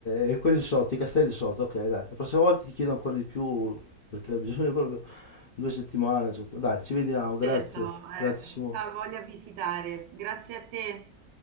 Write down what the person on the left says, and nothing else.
e, e quelli sotto, i castelli sotto, ok dai, la prossima volta ti chiedo ancora di più perché ho bisogno proprio due settimane, cioè, dai, ci vediamo, grazie,
grazie Simone.